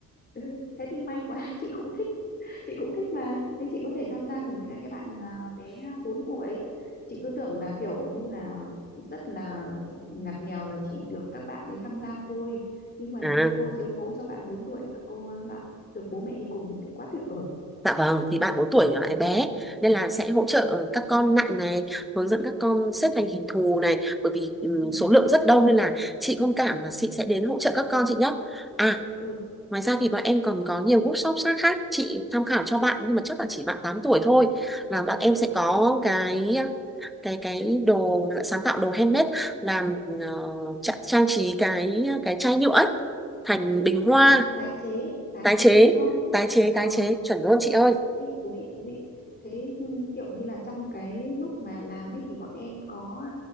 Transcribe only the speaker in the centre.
À,
dạ vâng, thì bạn 4 tuổi là
lại bé nên là sẽ hỗ trợ các con nặng này, hướng dẫn các con
xếp thành hình thù này, bởi vì ừ,
số lượng rất đông nên là chị thông cảm là chị sẽ đến hỗ trợ các con chị nhé. À
Ngoài ra thì bọn em còn có nhiều workshop khác khác chị tham khảo cho bạn nhưng mà chắc là chỉ bạn 8 tuổi thôi là bạn em sẽ
có
cái cái cái đồ sáng tạo đồ handmade làm ờ, tra- trang trí cái cái chai nhựa ấy, thành bình hoa
tái
chế
tái chế
tái chế chuẩn luôn chị ơi